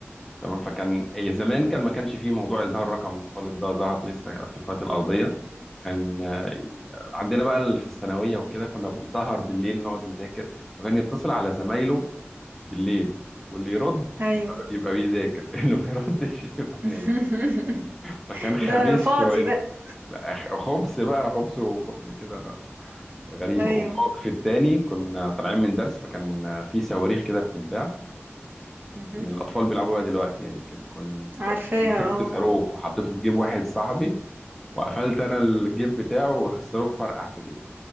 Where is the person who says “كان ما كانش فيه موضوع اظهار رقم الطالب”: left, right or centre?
Centre